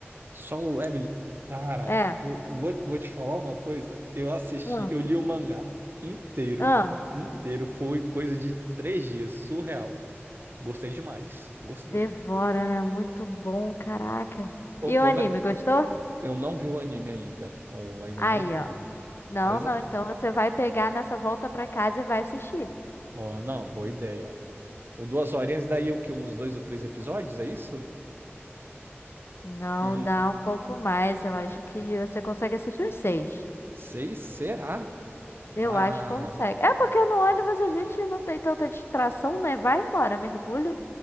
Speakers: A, on the right; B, on the left.
A: Solo Leveling. Cara,
B: É.
A: eu- eu vou, vou te falar uma coisa. Eu assisti,
B: Ah,
A: eu li o mangá inteiro,
B: ah.
A: inteiro. Foi coisa de três dias, surreal. Gostei demais, gostei.
B: Devora, né? Muito bom, caraca.
A: Ou
B: E
A: quando
B: o anime, gostou?
A: eu não vi o anime ainda, ou ainda
B: Aí,
A: não vi.
B: ó. Não,
A: Mas,
B: não. Então você vai pegar nessa volta pra casa e vai assistir.
A: ó, não, boa ideia. Ou Duas horinhas, daí o quê? Uns dois ou três episódios, é isso?
B: Não,
A: E um,
B: dá um pouco mais. Eu acho que você consegue assistir os seis.
A: seis, será?
B: Eu
A: Ah.
B: acho que consegue. É porque no ônibus a gente não tem tanta distração, né? Vai embora, mergulha,